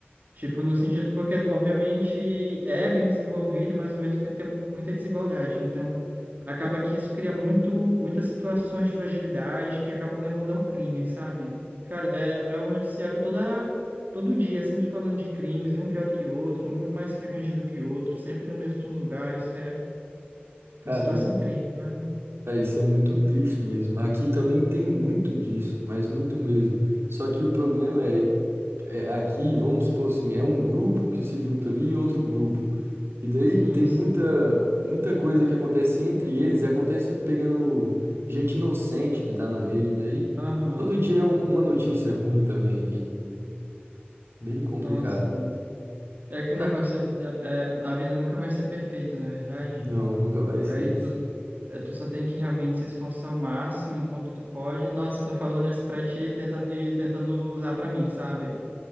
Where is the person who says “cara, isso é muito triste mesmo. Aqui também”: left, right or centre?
Right